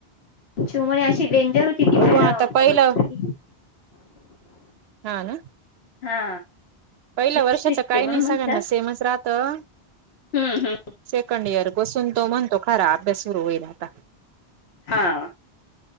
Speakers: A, on the left; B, on the right.
A: चिवणे अशी डेंजर ती
B: बघू
A: मॅडम
B: आता पहिलं,
A: का बस कधी
B: हा ना?
A: हा.
B: पहिल्या वर्षाच
A: स्ट्रिक्ट
B: काही
A: आहे म्हणून
B: नाही
A: म्हटलं
B: सगळ्यांना सेमच राहतं.
A: हम्म हम्म.
B: सेकंड इयर बसून तो म्हणतो खरा अभ्यास सुरू होईल आता.
A: हा.